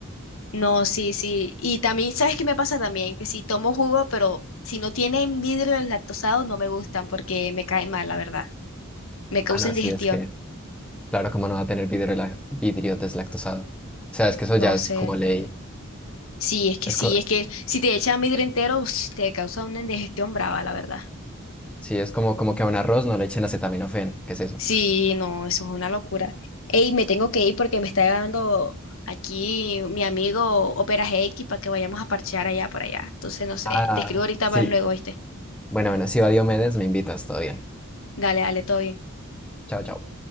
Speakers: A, on the left; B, in the centre.
A: No, sí, sí. Y también, ¿sabes qué me pasa también? Que si tomo jugo, pero si no tienen vidrio lactosado no me gustan porque me cae mal, la verdad. Me causa
B: Ah, no,
A: indigestión.
B: sí, es que, claro, como no va a tener vidrio, la- vidrio deslactosado. O sea, es que eso ya
A: No
B: es
A: sé.
B: como ley.
A: Sí, es que
B: Es
A: sí,
B: co-
A: es que si te echan vidrio entero, ush, te causa una indigestión brava, la verdad.
B: sí, es como, como que a un arroz no le echen acetaminofén. ¿Qué es eso?
A: Sí, no, eso es una locura. Ey, me tengo que ir porque me está llegando aquí mi amigo Opera GX para que vayamos a parchear allá por allá. Entonces, no sé,
B: Ah,
A: te escribo ahorita
B: sí.
A: más luego, ¿viste?
B: Bueno, bueno, si va Diomedes, me invitas, todo bien.
A: Dale, dale, todo bien.
B: Chao, chao.